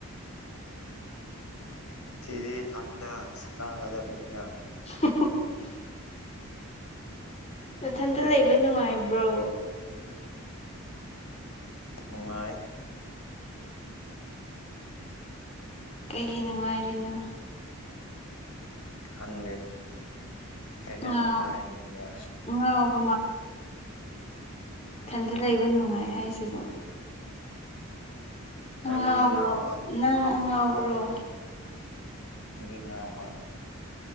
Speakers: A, on the left (about 90°); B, on the left (about 30°).
A: ꯗꯦ ꯊꯟꯗ ꯁꯥꯟꯅꯒꯗꯕꯅꯤꯅ
B: <inaudible> ꯅꯊꯟꯇ ꯂꯩꯕ ꯅꯨꯡꯉꯥꯏꯕ꯭ꯔꯣ
A: ꯅꯨꯡꯉꯥꯏ
B: ꯀꯩꯒꯤ ꯅꯨꯡꯉꯥꯏꯔꯤꯅꯣ
A: ꯈꯪꯗꯦ ꯑꯩꯅ
B: ꯉꯥꯎ
A: ꯅꯨꯡꯉꯥꯏꯅꯤꯡꯕ
B: ꯉꯥꯎꯕ ꯊꯟꯗ ꯂꯩꯕ ꯅꯨꯡꯉꯥꯏ ꯍꯥꯏꯁꯤꯕꯣ
A: ꯅꯪꯅꯤ
B: ꯑꯉꯥꯎꯕꯔꯣ
A: ꯉꯥꯎꯕ
B: ꯅꯪ ꯑꯉꯥꯎꯕꯔꯣ
A: ꯑꯩꯗꯤ ꯉꯥꯎꯕ